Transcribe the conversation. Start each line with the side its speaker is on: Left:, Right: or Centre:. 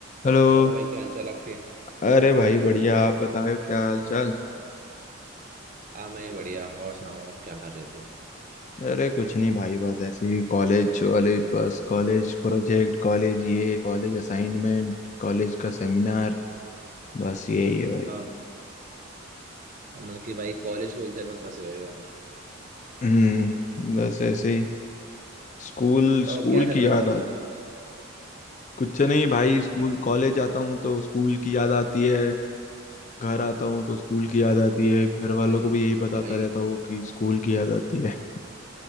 Left: Hello
Right: और भाई क्या हालचाल आपके
Left: अरे भाई बढ़िया आप बताओ क्या हाल चाल
Right: हाँ मैं बढ़िया और सुनाओ आप क्या कर रहे थे
Left: अरे कुछ नहीं भाई बस ऐसे ही कॉलेज कॉलेज बस कॉलेज प्रोजेक्ट कॉलेज ये कॉलेज असाइनमेंट कॉलेज का सेमिनार बस यही है भाई
Right: हाँ हम मतलब कि भाई कॉलेज के उलझन में फंसे हुए हो
Left: हम्म बस ऐसे ही स्कूल
Right: तो
Left: स्कूल
Right: क्या चल
Left: की
Right: रहा
Left: याद
Right: है कॉलेज
Left: आ
Right: के अंदर
Left: कुछ नहीं भाई स्कूल कॉलेज जाता हूँ तो स्कूल की याद आती है घर आता हूँ तो स्कूल की याद आती है घर वालों
Right: भाई
Left: को भी यही बताता
Right: भाई
Left: रहता हूँ कि स्कूल की याद आती है